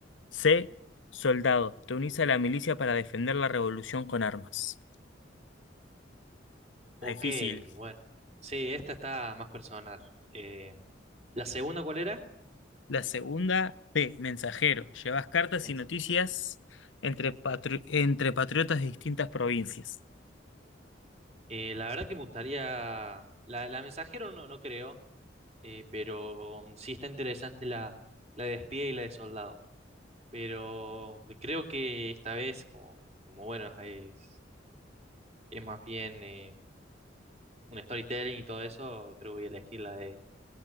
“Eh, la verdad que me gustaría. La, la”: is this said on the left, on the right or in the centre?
Right